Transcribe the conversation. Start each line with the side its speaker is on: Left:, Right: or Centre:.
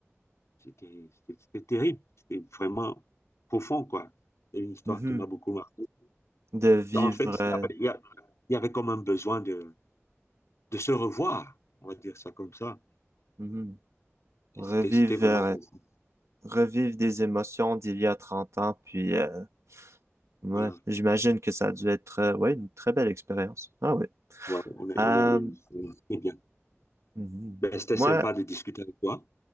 Left: C'était c'était- c'était terrible. C'était vraiment profond, quoi. C'est une histoire
Right: Mhm.
Left: qui m'a beaucoup marqué.
Right: De vivre,
Left: Donc, en fait,
Right: euh,
Left: il y avait, il y a- il y avait comme un besoin de, de se revoir, on va dire ça comme ça.
Right: mhm.
Left: Et
Right: Revivre,
Left: c'était c'était vraiment
Right: euh,
Left: profond.
Right: revivre des émotions d'il y a 30 ans, puis euh, ouais,
Left: Voilà.
Right: j'imagine que ça a dû être, euh, ouais, une très belle expérience. Ah oui.
Left: Ouais, on est,
Right: Euh,
Left: on est allé- on est- c'est bien.
Right: mhm.
Left: Ben, c'était
Right: Moi,
Left: sympa de discuter avec toi.